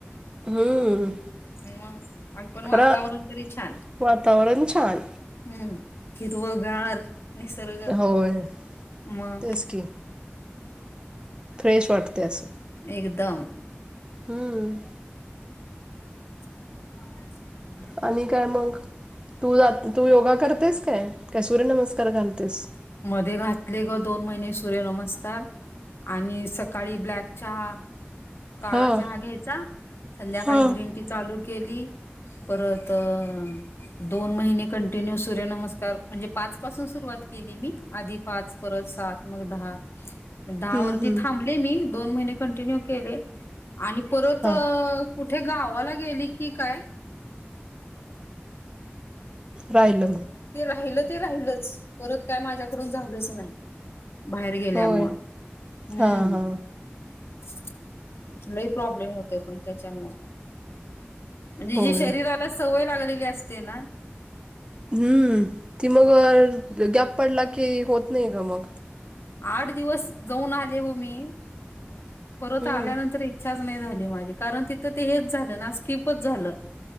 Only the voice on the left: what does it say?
ह मग आणि पण
वातावरण तरी छान
हम्म हिरव गार निसर्ग
मग
एकदम
<inaudible>
मध्ये घातले ग दोन महिने सूर्य नमस्कार. आणि सकाळी ब्लॅक चहा काळा
चहा घ्यायचा, संध्याकाळी
ग्रीन टी चालू केली. परत अ दोन महिने कंटिन्यू सूर्यनमस्कार म्हणजे पाच पासून सुरुवात केली मी आधी पाच परत सात मग दहा, दहा
वरती
थांबले मी दोन महिने कंटिन्यू केले. आणि परत
कुठे गावाला गेली की काय
ते राहिलं ते राहिलच परत काय माझ्याकडून झालंच नाही. बाहेर गेल्यामुळं
हम्म
<unintelligible> लही प्रॉब्लेम होतय ग त्याच्यामुळे म्हणजे
जी शरीराला सवय लागलेली असते ना
आठ दिवस जाऊन आले व मी परत
आल्यानंतर एक इच्छाच नाही झाली माझी कारण तिथं ते हेच झालं ना स्कीिपच झालं